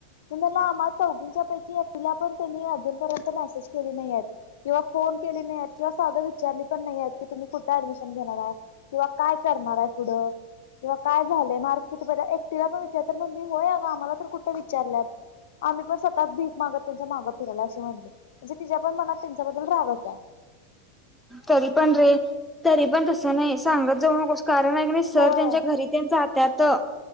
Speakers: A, on the left; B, in the centre.
A: मी म्हणलं आम्हा चौघींच्या पैकी एकिला पण त्यांनी अजून पर्यंत मेसेज केली नाहीयेत किंवा फोन केली नाहीयेत किंवा साध विचारली पण नाहीयेत की तुम्ही कुठे ऍडमिशन घेणार आहे किंवा काय करणारय पुढं किंवा काय झालंय मार्क किती एकटीला पण विचार म्हणज होय अगं आम्हाला तर कुठे विचारल्यात आम्ही पण स्वतःच भीक मागत त्यांच्या माग फिरला अशी म्हणली म्हणजे तिच्या पण मनात त्यांच्याबद्दल रागच हाय.
B: तरी <inaudible> पण रे तरी- पण तस नाही सांगत जाऊ नकोस कारण हाय कनि नाही सर
A: होय
B: त्यांच्या घरी तेन जात त्या त